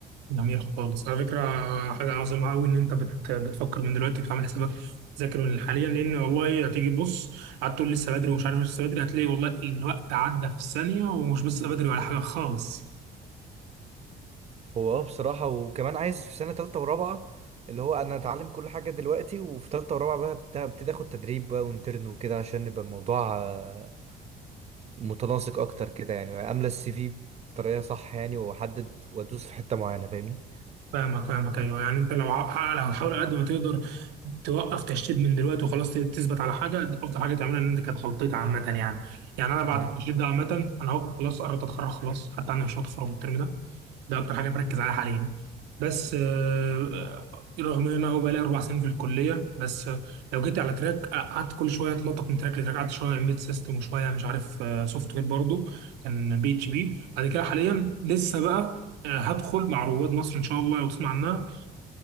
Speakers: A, on the right (about 90°); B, on the right (about 40°).
A: جميل خالص على فكرة حاجة عظيمة أوي إن أنت بت... بتفكر من دلوقتي بتعمل حسابك تذاكر من حاليا لأن والله هتيجي تبص قعدت تقول لسه بدري ومش عارف لسه بدري هتلاقي والله الوقت عدى في الثانية ومش لسه بدري ولا حاجة خالص
B: هو اه بصراحة وكمان عايز في سنة تالتة ورابعة اللي هو أنا أتعلم كل حاجة دلوقتي وفي تالتة ورابعة بقى بت- ابتدي آخد تدريب بقى وانترن وكده عشان يبقى الموضوع آه، متناسق أكتر كده يعني أملى السي في بطريقة صح يعني وأحدد وأدوس في حتة معينة فاهمني
A: فاهمك فاهمك ايوه يعني انت لو ع- لو هتحاول على قد ما تقدر توقف تشتيت من دلوقتي وخلاص تثبت على حاجه ده افضل حاجه تعملها ان انت كانت غلطتي عامه يعني يعني انا بعد
B: مم.
A: التشتيت ده عامه انا اهو خلاص قربت اتخرج خلاص حتى انا مش هتخرج الترم ده ده اكتر حاجه بركز عليها حاليا بس آه، رغم ان انا هو بقالي اربع سنين في الكليه بس آه، لو جيت على تراك آه، قعدت كل شويه اتنطط من تراك لتراك قعدت شويه امبيد سيستم وشويه مش عارف سوفت وير برضه كان بي اتش بي بعد كده حاليا لسه بقى آه، هدخل مع رواد مصر ان شاء الله لو تسمع عنها